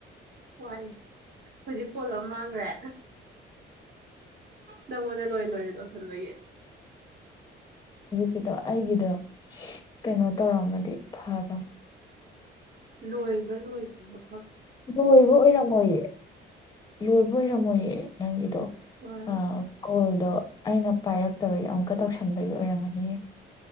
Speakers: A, on the right (about 50°); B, on the left (about 20°).
A: ꯋꯥꯅꯤ ꯍꯧꯖꯤꯛ ꯀꯣꯜ ꯑꯃ ꯃꯥꯡꯈ꯭ꯔꯦ ꯅꯪꯉꯣꯟꯗ ꯂꯣꯏ ꯂꯣꯏꯅ ꯇꯧꯁꯤꯟꯕꯒꯤ
B: ꯁꯤꯗꯣ ꯑꯩꯒꯤꯗꯣ ꯀꯩꯅꯣ ꯇꯧꯔꯝꯃꯗꯤ ꯐꯒ
A: ꯂꯣꯏꯕ꯭ꯔꯥ ꯂꯣꯏꯔꯤꯕ
B: ꯂꯣꯏꯕ ꯑꯣꯏꯔꯝꯃꯣꯏꯌꯦ ꯂꯣꯏꯕ ꯑꯣꯏꯔꯝꯃꯣꯏꯌꯦ ꯅꯪꯒꯤꯗꯣ
A: ꯍꯣꯏ
B: ꯑ ꯀꯣꯣꯏ ꯑꯗꯣ ꯑꯩꯅ ꯄꯥꯏꯔꯛꯇꯕꯒꯤ ꯑꯃꯨꯛꯀ ꯇꯧꯁꯟꯕꯒꯤ ꯑꯣꯏꯔꯝꯒꯅꯤꯌꯦ